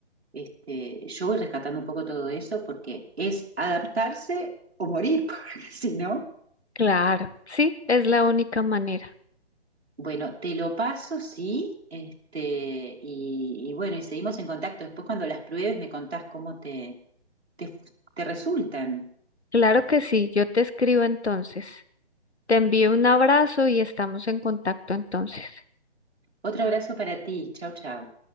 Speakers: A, on the right; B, on the left.
A: este, yo voy rescatando un poco todo eso porque es adaptarse o morir, <laughs> porque si no.
B: Claro, sí, es la única manera.
A: Bueno, te lo paso, sí, este, y, y bueno, y seguimos en contacto. Después cuando las pruebes me contás cómo te, te, te resultan.
B: Claro que sí, yo te escribo entonces. Te envío un abrazo y estamos en contacto entonces.
A: Otro abrazo para ti. Chau, chau.